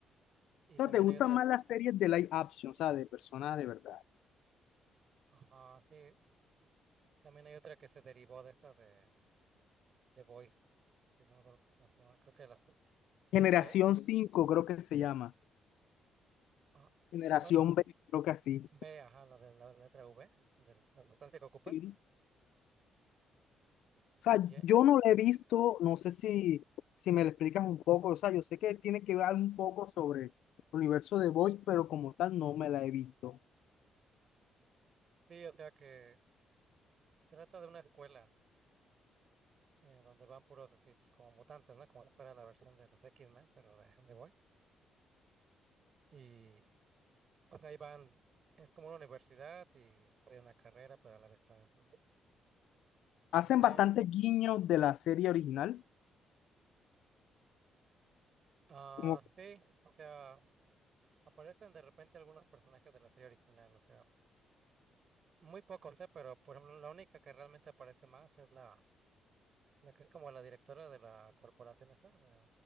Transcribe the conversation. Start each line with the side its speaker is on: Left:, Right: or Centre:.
Right: y
Left: O sea,
Right: también
Left: ¿te gustan
Right: hay otras.
Left: más las series de live action, o sea, de personas de verdad?
Right: Ajá, sí. También hay otra que se derivó de esa de The Boys. que No me acuerdo cómo se llama. Creo que la su-
Left: Generación
Right: B.
Left: cinco creo que se llama.
Right: ah,
Left: Generación
Right: bueno,
Left: B, creo que así.
Right: B, ajá, la de la letra V, de la sustancia que ocupan.
Left: Sí. O sea,
Right: Y Ye-
Left: yo no la he visto, no sé si, si me lo explicas un poco, o sea, yo sé que tiene que ver un poco sobre el universo de Voice, pero como tal no me la he visto.
Right: Sí, o sea que trata de una escuela. eh, donde van puros así, pues como mutantes, ¿no? Como si fuera la versión de los X-Men, pero de The Boys. Y, o sea, ahí van, es como una universidad y estudian la carrera, pero a la vez también, pues, entrenan.
Left: Hacen bastantes guiños de la serie original,
Right: Ah,
Left: como
Right: sí, o sea, aparecen de repente algunos personajes de la serie original, o sea, muy pocos, ¿eh? Pero, por ejemplo, la única que realmente aparece más es la, la que es como la directora de la corporación esa, de-